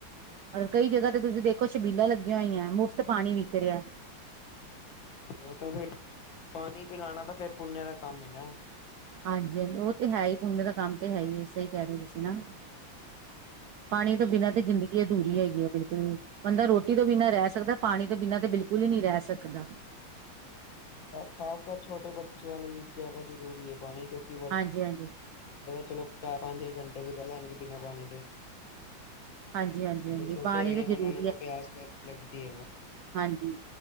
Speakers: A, on the right; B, on the left.
A: ਔਰ ਕਈ ਜਗ੍ਹਾ ਤੇ ਤੁਸੀਂ ਦੇਖੋ ਛਬੀਲਾਂ ਲੱਗੀਆਂ ਹੋਈਆਂ, ਮੁਫ਼ਤ ਪਾਣੀ ਵਿਕ ਰਿਹਾ।
B: ਓਤਾ ਫੇਰ ਪਾਣੀ ਪਿਲਾਣਾ ਤਾਂ ਫੇਰ ਪੁੰਨੇ ਦਾ ਕੰਮ ਏਨਾ।
A: ਹਾਂਜੀ-ਹਾਂਜੀ ਓ ਤੇ ਹੈ ਈ, ਪੁੰਨਯ ਦਾ ਕੰਮ ਤੇ ਹੈ ਈਏ, ਸਈ ਕੈ ਰੇ ਤੁਸੀਂ ਨਾ। ਪਾਣੀ ਤੋਂ ਬਿਨਾਂ ਤੇ ਜ਼ਿੰਦਗੀ ਅਧੂਰੀ ਓ ਹੈਗੀ ਏ, ਬਿਲਕੁਲ। ਬੰਦਾ ਰੋਟੀ ਤੋਂ ਬਿਨਾਂ ਰੈ ਸਕਦਾ, ਪਾਣੀ ਤੋਂ ਬਿਨਾਂ ਤਾਂ ਬਿਲਕੁਲ ਹੀ ਨੀਂ ਰੈ ਸਕਦਾ।
B: ਖਾਸ ਕਰ ਛੋਟੇ ਬੱਚਿਆਂ ਲਈ ਜਾਦਾ ਜ਼ਰੂਰੀ ਏ ਪਾਣੀ, ਕਿਉਂਕਿ ਵੱ
A: ਹਾਂਜੀ ਹਾਂਜੀ
B: ਚਲੋ ਚਾਰ, ਪੰਜ, ਛੇ ਘੰਟੇ ਗੁਜਰ ਲੈਣਗੇ ਬਿਨਾਂ ਪਾਣੀ ਦੇ
A: ਹਾਂਜੀ ਹਾਂਜੀ
B: ਜੇੜੇ
A: ਹਾਂਜੀ
B: ਛੋਟੇ
A: ਪਾਣੀ
B: ਹੈਗੇ, ਓਨਾਂ
A: ਜ਼ਰੂਰੀ
B: ਨੂੰ ਤਾਂ
A: ਹੈ
B: ਪਿਆਸ ਫੇਰਰ ਲੱਗਦੀ ਐਨਾ।
A: ਹਾਂਜੀ,